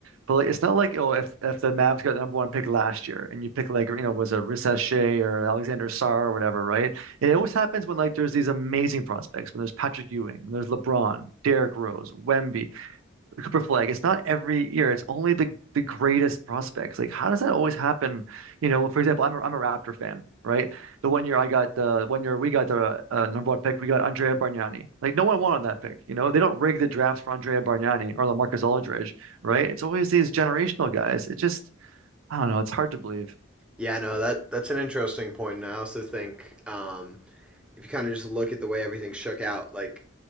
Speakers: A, on the right; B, in the centre.
A: But like, it's not like oh, if if the Mavs got the number one pick last year, and you pick like you know was it Risa Shea or Alexander Sarr or whatever, right? It
B: Yeah.
A: always happens when like there's these amazing prospects, when there's Patrick Ewing, when there's LeBron, Derrick Rose, Wemby the Cooper Flag. It's not every year. It's only the the greatest prospects. Like, how does that always happen? You know, for example, I'm a, I'm a Raptor fan, right? The one year I got the one year we got the uh, number one pick, we got Andrea Bargnani. Like, no one wanted that pick. You know, they don't rig the drafts for Andrea Bargnani or LaMarcus Aldridge, right?
B: Yeah.
A: It's always these generational guys. It just, I don't know. It's hard to believe.
B: Yeah, no, that, that's an interesting point. And I also think um, if you kind of just look at the way everything shook out, like,